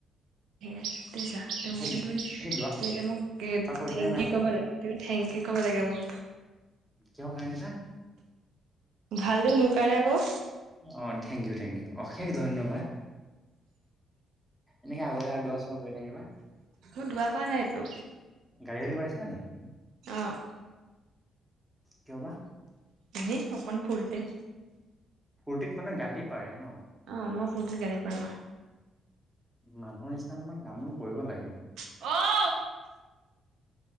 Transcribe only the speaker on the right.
<unintelligible> তুমি
এতিয়া
মোক
থেংক
ইউ কব লাগে। তুমি থেংক ইউ ক'ব লাগে মোক।
ভালে মোৰ কাৰণে আকৌ।
মই দুৱা কৰা নাইতো।
অহ।
এনেই অকমান ফূৰ্তিতে।
অ মই ফূৰ্তিত গালি পাৰো।
অঁ